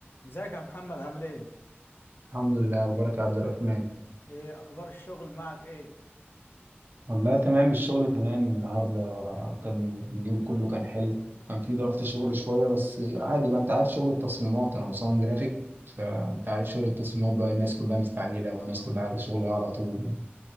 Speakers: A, on the left; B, on the right.
A: ازيك يا محمد عامل ايه؟
B: الحمد لله وبارك يا عبد الرحمن
A: ايه اخبار الشغل معك ايه؟
B: والله تمام الشغل تمام النهارده كان اليوم كله كان حلو كان في ضغط شغل شوية بس عادي بقى انت عارف شغل التصميمات انا مصمم جرافيك فانت عارف شغل التصميمات بقى الناس كلها مستعجلة والناس
A: اه
B: كلها عايزة شغلها على طول